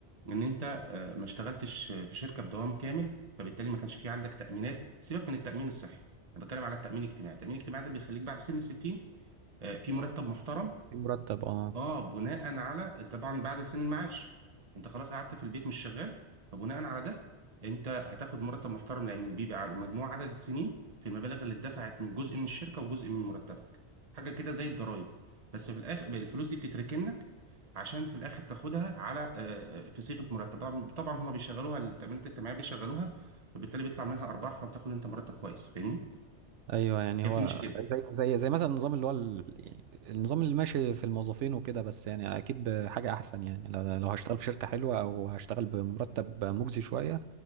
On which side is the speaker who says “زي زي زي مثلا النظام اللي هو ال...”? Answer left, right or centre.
Right